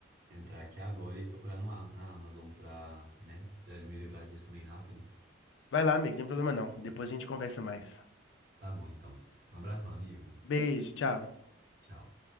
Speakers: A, on the right; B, on the left.
A: entrar aqui agora e procurar no, A- na Amazon pra, né, já me livrar disso também rápido.
B: Vai lá, amigo, não tem problema não. Depois a gente conversa mais.
A: Tá bom, então. Um abração, amigo.
B: Beijo, tchau.
A: Tchau.